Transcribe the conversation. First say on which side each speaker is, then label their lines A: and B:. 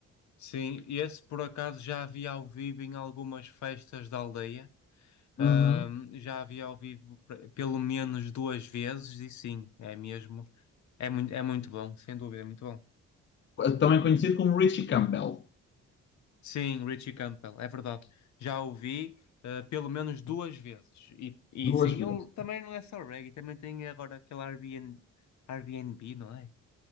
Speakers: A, on the left; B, on the left.
A: sim. Esse por acaso já havia ao vivo em algumas festas da aldeia. Ahm,
B: Uhum.
A: já a vi ao vivo pre- pelo menos duas vezes e sim, é mesmo. É muito, é muito bom, sem dúvida, é muito bom.
B: também conhecido como Richie Campbell,
A: Sim, Richie Campbell, é verdade. Já o vi ah, pelo menos duas vezes. E, e
B: duas
A: sim,
B: vezes.
A: ele também não é só reggae, também tem agora aquele Airbnb, Airbnb, não é?